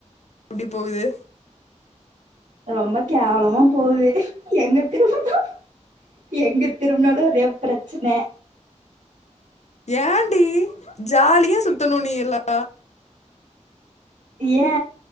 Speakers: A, on the left; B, on the right.
A: எப்டி போகுது
B: ரொம்ப கேவ்லமா போகுது எங்க திரும்புனா எங்க திரும்புனாலு ஒரே பிரச்சன
A: ஏண்டி ஜாலியா சுத்துணு நீயெல்லா
B: ஏ